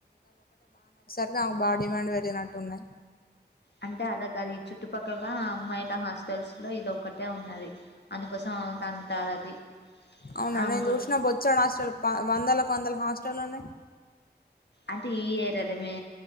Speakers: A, on the left; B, on the left.
A: ఆమెకి బా డిమాండ్ పెరిగినట్టు ఉన్నయ్
B: అంటే అలా గాదు ఈ చుట్టుపక్కల అమ్మాయిల హాస్టల్స్ లో ఇదొకటే ఉన్నది అందు కొసం కంత అది
A: అవునా
B: ఆమెకు
A: నేను చూసిన బొచ్చాడు హాస్టల్ వందలకు వందల హాస్టల్ ఉన్నాయ్
B: అంటే ఈ ఇయర్ అంటె మే